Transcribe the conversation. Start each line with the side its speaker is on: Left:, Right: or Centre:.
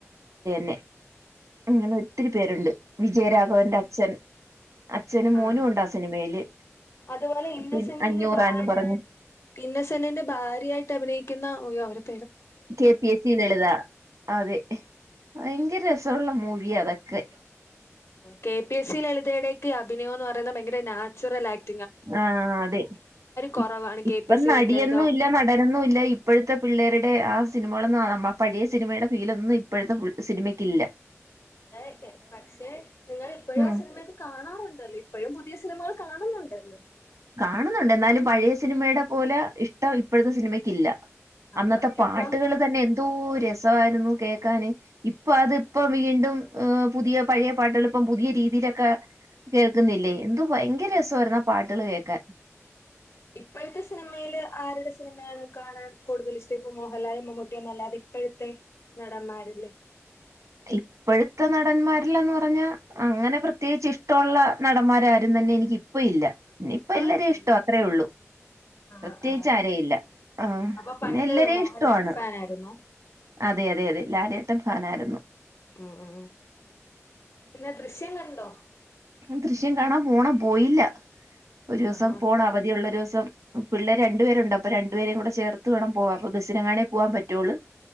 Right: നെ അങ്ങനെ ഒത്തിരി പേരുണ്ട് വിജയരാഘവൻറെ
Left: അത്
Right: അച്ഛൻ അച്ഛനും മോനും
Left: ആ
Right: ഉണ്ടാ സിനിമയില്
Left: അതുപോലെ ഇന്നസെന്റിന്റെ
Right: പിൻ അഞ്ഞൂറാന്ന്
Left: ഭാര്യയായി
Right: പറഞ്ഞു
Left: ഇന്നസെന്റിന്റെ ഭാര്യയായിട്ട് അഭിനയിക്കുന്ന <unintelligible>
Right: K P S C Lalitha അതെ ഭയങ്കര രസവുള്ള മൂവിയാ അതൊക്കെ
Left: കെ പി എസ് സി ലെളി തേടെ ഒക്കെ അഭിനയോന്ന് പറ ഭയങ്കര നാച്ചുറൽ ആക്
Right: ആഹ് അതെ
Left: കുറവാണ്
Right: ഇ
Left: കെ
Right: ഇപ്പം
Left: പി എസ് സി
Right: നടിയെന്നും
Left: ലളിത
Right: ഇല്ല നടനൊന്നും ഇല്ല ഇപ്പഴത്തെ പിള്ളേരിടെ ആ സിനിമകളൊന്നും <unintelligible> ആ പഴയ സിനിമയുടെ ഫീലോന്നും ഇപ്പഴത്തെ സിനിമക്കില്ല
Left: <unintelligible> പക്ഷെ നിങ്ങള് ഇപ്പഴും
Right: ഉം
Left: ആ സിനിമയൊക്കെ കാണാറുണ്ടല്ലോ ഇപ്പഴും പുതിയ സിനിമകൾ കാണുന്നുണ്ടല്ലോ.
Right: കാണുന്നുണ്ട് എന്നാലും പഴയ സിനിമയുടെ പോലെ ഇഷ്ടം ഇപ്പഴത്തെ സിനിമക്കില്ല
Left: അപ്പൊ
Right: അന്നത്തെ പാട്ടുകള്
Left: അപ്പം
Right: തന്നെ എ എന്തോ രസവായിരുന്നു കേക്കാന്, ഇപ്പൊ അതിപ്പോ വീണ്ടും ഏഹ് പുതിയ പഴയ പാട്ടുകൾ ഇപ്പം പുതിയ രീതിയിലൊക്കെ കേൾക്കുന്നില്ലേ എന്തോ ഭയങ്കര രസവായിരുന്നു ആ പാട്ടുകള് കേ ക്കാൻ
Left: ഇപ്പോഴത്തെ സിനിമയില് ആര്ടെ സിനിമയാണ് കാണാൻ കൂടുതൽ ഇഷ്ടം ഇപ്പ മോഹൻലാലും മമ്മൂട്ടിയോന്നും അല്ലാതെ ഇപ്പോഴത്തെ നടന്മാരില്
Right: ഇപ്പോഴത്തെ നടന്മാരിലന്ന് പറഞ്ഞാ അങ്ങനെ പ്രത്യേകിച്ച് ഇഷ്ടോള്ള നടന്മാരാരും തന്നെ എനിക്ക് ഇപ്പ ഇല്ല ഇപ്പ എല്ലാരെ
Left: ആരുമില്ലേ
Right: ഇഷ്ട അത്രേ ഉള്ളൂ
Left: ആ
Right: പ്രത്യേകിച്ച്
Left: ആ
Right: ആരേയില്ല ആ
Left: അപ്പൊ
Right: പിന്നെ
Left: പണ്ട്
Right: എല്ലരേം
Left: മോഹൻലാൽ
Right: ഇഷ്ടാണ്
Left: ഫാൻ ആയിരുന്നോ
Right: അതെ അതെ അതെ ലാലേ ഫാനായിരുന്നു
Left: ഉം ഉ പിന്നെ ദൃശ്യം കണ്ടോ <inaudible>
Right: ദൃശ്യം കാണാൻ പോണം പോയില്ല ഒരൂസം
Left: ആഹാ
Right: പോണം അവധിയുള്ള ഒരൂസം പിള്ളേര് രണ്ടുപേരുണ്ട് അപ്പൊ രണ്ടുപേരേ കൂടെ ചേർത്ത് വേണം പോവാൻ അപ്പൊ ബസിന് എങ്ങാനെ പോവാൻ പറ്റുള്ളൂ